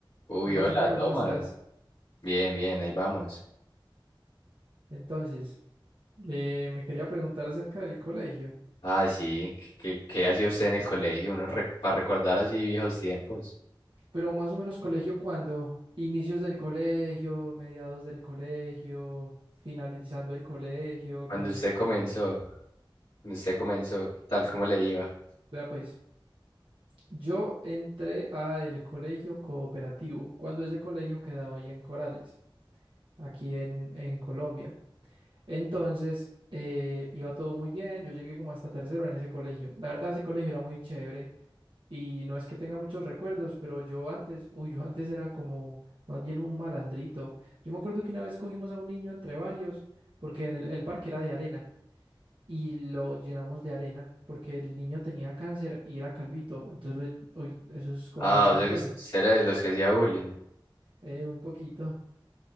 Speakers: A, on the left; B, on the right.
A: Uy,
B: ¿Qué más,
A: hola,
B: Santiago?
A: Tomás.
B: ¿Cómo estás?
A: Bien, bien, ahí vamos.
B: Entonces, eh, me quería preguntar acerca del colegio,
A: Ah, sí, ¿qué, qué qué hacía usted en el colegio? Uno recu- para recordar así viejos tiempos.
B: pero más o menos colegio cuando inicios del colegio, mediados del colegio, finalizando el colegio,
A: Cuando
B: ¿cómo?
A: usted comenzó, cuando usted comenzó, ¿qué tal, cómo le iba?
B: Vea pues, yo entré a el colegio cooperativo, cuando ese colegio quedaba ahí en Corales, aquí en, en Colombia. Entonces, eh, iba todo muy bien, yo llegué como hasta tercero en ese colegio. La verdad, ese colegio era muy chévere. Y no es que tenga muchos recuerdos, pero yo antes, uy, yo antes era como más bien un malandrito. Yo me acuerdo que una vez cogimos a un niño entre varios, porque en el, el parque era de arena, y lo llenamos de arena, porque el niño tenía cáncer y era calvito. Entonces, lo- uy, eso es como
A: Ah,
B: espantoso.
A: o sea, que usted era de los que hacía bullying.
B: Eh, un poquito.